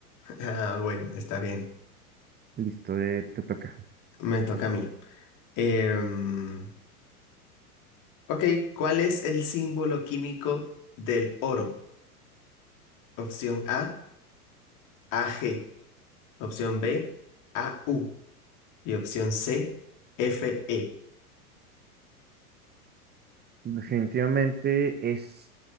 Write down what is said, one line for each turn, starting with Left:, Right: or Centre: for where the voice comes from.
Left: Ah, bueno, está bien.
Right: Listo, eh, te toca.
Left: Me toca a mí. Em, ok, ¿cuál es el símbolo químico del oro? Opción A, AG. Opción B, AU. Y opción C, FE.
Right: Definitivamente es